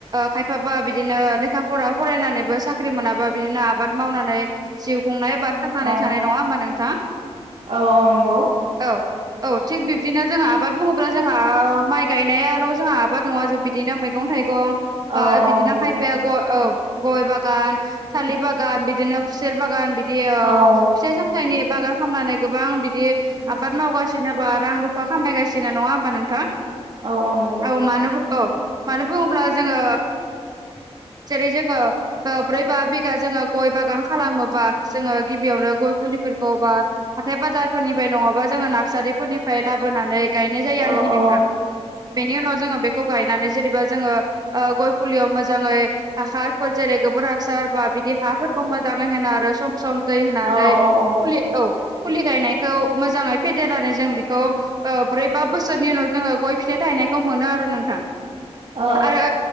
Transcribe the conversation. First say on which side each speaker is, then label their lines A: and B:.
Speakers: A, on the right; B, on the right.
A: खायफाबा बिदिनो लेखा फरा फरायनानैबो साख्रि मोनाबा बिदिनो आबाद मावनानै जिउ खुंनायबा थांनानै
B: औ
A: थानाय नङा होमबा नोंथां?
B: औ औ नंगौ
A: औ औ थिग बिब्दिनो जों आबाद बुङोब्ला जोंहा माइ गायनायाल' जोंहा आबाद नङा जों बिदिनो मैगं-थाइगं
B: औ
A: बा
B: औ
A: बिदिनो
B: नंगौ
A: खायफाया गय औ गय बागान थालिर बागान बिदिनो खुसेर बागान बिदि
B: औ
A: फिथाइ सामथनि बागान खालामामनानै गोबां बिदि
B: लासै लासै
A: आबाद मावगासिनो बा रां रुफा खामायगासिनो नङा होमबा नोंथां
B: औ नंगौ
A: औ मानो औ मानो बुङोब्ला जोङो जेरै जोङो ब्रै बा बि गा जोङो गय बागान खालामोबा जोङो गिबियावनो गय फुलिफोरखौ बा हाथाय बाजारफोरनिफ्राय नङाबा जोङो नार्सारिफोरनिफ्राय लाबोनानै गायनाय जायो
B: औ
A: आरोखि
B: औ
A: नोंथां। बेनि उनाव जोङो बेखौ गायनानै जेनेबा जोङो ओ गय फुलियाव मोजाङै हासारफोर जेरै गोबोर हासार बा बिदि हाफोरखौ मोजाङै होनो आरो सम सम दै होनानै
B: औ औ ओ ओ
A: फुलि औ फुलि गायनायखौ मोजाङै फेदेरनानै जों बेखौ ओ ब्रै, बा बोसोर सोरनि उनाव जोङो गय फिथाइ थायनायखौ मोनो आरो नोंथां।
B: औ
A: आरो